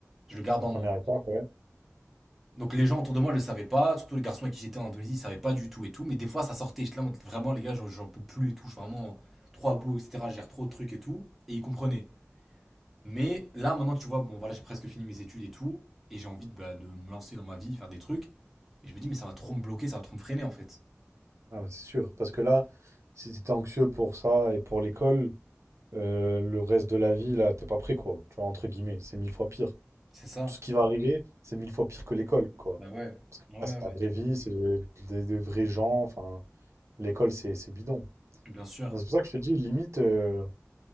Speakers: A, in the centre; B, on the right (about 70°).
A: Je le garde
B: C'est une
A: en
B: première
A: moi.
B: étape, ouais.
A: Donc les gens autour de moi ne le savaient pas, surtout les garçons avec qui j'étais en Indonésie, ils ne savaient pas du tout et tout, mais des fois ça sortait, j'étais là, vraiment les gars, j'en- peux plus et tout, je suis vraiment trop à bout, etc., je gère trop de trucs et tout, et ils comprenaient. Mais là maintenant tu vois, bon voilà, j'ai presque fini mes études et tout, et j'ai envie de, bah, de me lancer dans ma vie, faire des trucs, et je me dis, mais ça va trop me bloquer, ça va trop me freiner en fait.
B: Ah, mais c'est sûr. Parce que là, si t'es anxieux pour ça et pour l'école, euh, le reste de la vie, là, t'es pas prêt, quoi. Tu vois, entre guillemets, c'est mille fois pire.
A: C'est ça.
B: tout ce qui va arriver, c'est mille fois pire que l'école, quoi.
A: Bah ouais, ouais,
B: Là, c'est la
A: ouais.
B: vraie vie, c'est des, des vrais gens. Enfin, l'école, c'est c'est bidon.
A: Bien sûr.
B: Donc, C'est pour ça que je te dis, limite, euh,